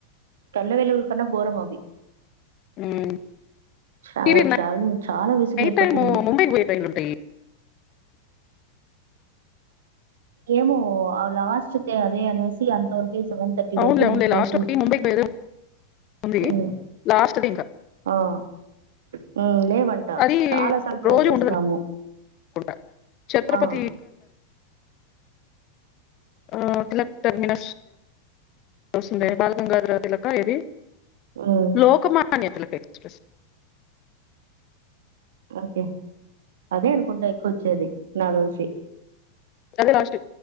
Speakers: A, on the right (about 60°); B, on the left (about 35°).
A: తెల్లవేలుగు కన్నా ఘోరం అవి
B: మ్మ్
A: ట్రా
B: ఇవి న
A: ట్రావెలింగ్ చాలా విసుగైపోతుంది
B: టై ముంబైకి పోయియి ఉంట
A: ఏమో అ వాస్తే అదే అనేసి అంతవ తె సెవెన్ థర్టీ వరకు
B: అవునులే అవునులే
A: బుక్ చేసి
B: లాస్ట్ ఒకటి ముంబైకి పోయేది ఉంది
A: మ్మ్
B: లాస్ట్ది ఇంకా
A: మ్మ్ ఆ లేవంట
B: అది
A: చాలా సార్లు ట్రై
B: రోజు
A: చేస్తాము
B: ఉండదు అనుకుంటా ఛత్రపతి
A: ఆ
B: ఆ కలటర్మిన వస్తుందే బాలగంగాధరాత్ర లక్క ఇది
A: ఉమ్
B: లోక మా అన్యాతలక్్ ఎక్స్ప్రెస్
A: ఓకే అదే అనుకుంటా ఎక్కువ వచ్చేది నాక్ తెలిసి
B: అది ట్